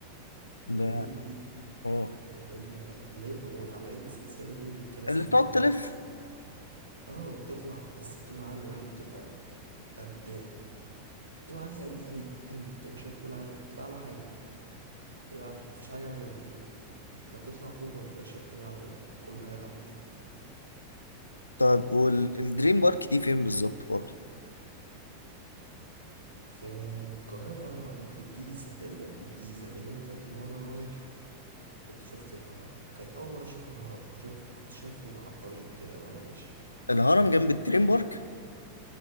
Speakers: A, on the right; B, on the left.
A: التورنيدو
B: ده
A: دي
B: اه
A: اللي هي اللي هي بيبقوا متعلقين بالسلسلة دول الكراسي
B: اللي بتقعد
A: اللي متعلقة
B: تلف
A: بالسلسلة اه وبتطلع بس بتبقى عالية أوي بتبقى قد بتبقى عالية أوي أوي أوي بتبقى شايف كل حاجة بتبقى أعلى حاجة بتبقى أعلى مفيش حاجة أعلى منك لما بتطلع فوق ما بتبقاش شايف حاجة أعلى منك كل حاجة تحت
B: طيب والدريم بارك دي فين بالظبط برضه؟
A: في القاهرة أو في الجيزة تقريبا في الجيزة لأن أنا فاكر وأنا رايح كنت شفت الهرم كانت أول مرة أشوف الهرم كنت شايف كنت شايفه على الطريق كده وأنا ماشي
B: الهرم جنب الدريم بارك؟